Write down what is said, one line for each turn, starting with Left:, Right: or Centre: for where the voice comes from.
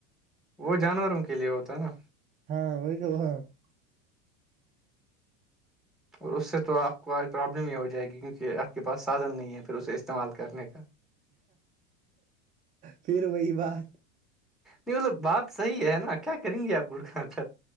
Centre: وہ جانوروں کے لیے ہوتا ہے نا
Right: ہاں وہ کہ ہاں <unintelligible>
Centre: اور اس سے تو آپ کو آج پرابلم ہی ہو جائے گی کیونکہ آپ کے پاس سادھن نہیں ہے پھر اسے استعمال کرنے کا
Right: پھر وہی بات
Centre: نہیں بولب بات صحیح ہے نا کیا کریں گے آپ گڑ خانچر